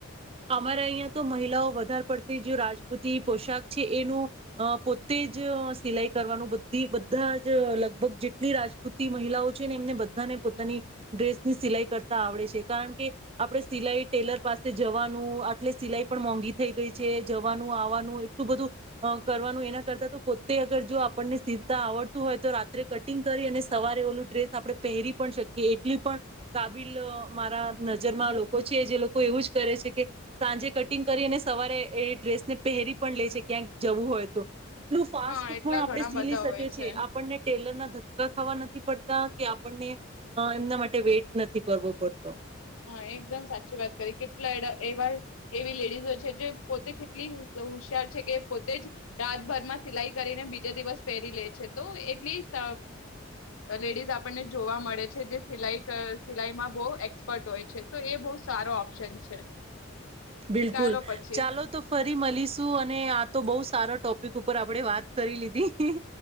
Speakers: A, on the right; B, on the left.
A: અમારે અહીયાં તો મહિલાઓ વધારે પડતી જે રાજપૂતિ પોશાક છે એનું અ પોતે જ સિલાઈ કરવાનું બધી બધા જ લગભગ જેટલી રાજપૂતી મહિલાઓ છે ને એમને બધાને પોતાની ડ્રેસની સિલાઈ કરતા આવડે છે કારણ કે આપણે સિલાઈ ટેલર પાસે જવાનું આટલે સિલાઈ પણ મોંઘી થઈ ગઈ છે જવાનું આવાનું એટલું બધું અ કરવાનું એના કરતાં તો પોતે અગર જો આપણને સીલતા આવડતું હોય તો રાત્રે કટિંગ કરી અને સવારે ઓલું ડ્રેસ આપણે પહેરી પણ શકીએ એટલી પણ કાબિલ મારા નજરમાં લોકો છે જે લોકો એવું જ કરે છે કે સાંજે કટિંગ કરી અને સવારે એ ડ્રેસને પહેરી પણ લે છે ક્યાંક જવું હોય તો એટલું ફાસ્ટ
B: હા એટલા
A: પણ આપણે
B: ઘણા
A: સીલી
B: બધા
A: શકીએ
B: હોય છે
A: છીએ આપણને ટેલર ના ધક્કા ખાવા નથી પડતા કે આપણને એમના માટે વેઇટ નથી કરવો પડતો.
B: હા એકદમ સાચી વાત કરી કેટલા એવા એવી લેડીઝો છે જે પોતે કેટલી હોશિયાર છે કે પોતે જ રાતભર માં સિલાઈ કરીને બી જ દિવસ પહેરી લે છે તો એટલીસ્ટ લેડીઝ આપણને જોવા મળે છે જે સિલાઈ સિલાઈમાં બઉ એક્સ પર્ટ હોય છે તો એ બહુ સારો ઓપ્શન છે.
A: બિલકુલ
B: ચાલો પછી
A: ચાલો તો ફરી મળીશું અને આ તો બહુ સારો ટોપિક ઉપર આપડે વાત કરી લીધી.